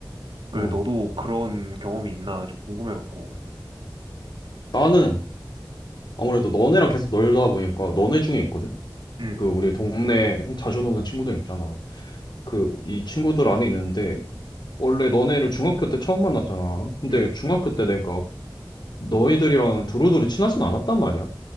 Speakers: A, on the right; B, on the left.
A: 그래
B: 어.
A: 너도 그런 경험이 있나 좀 궁금해갖고.
B: 나는 아무래도 너네랑 계속 놀다 보니까 너네 중에 있거든?
A: 응,
B: 그 우리 동네에 자주 노는 친구들 있잖아. 그 이 친구들 안에 있는데 원래 너네를 중학교 때 처음 만났잖아. 근데
A: 응,
B: 중학교 때 내가 너희들이랑 두루두루 친하진 않았단 말이야.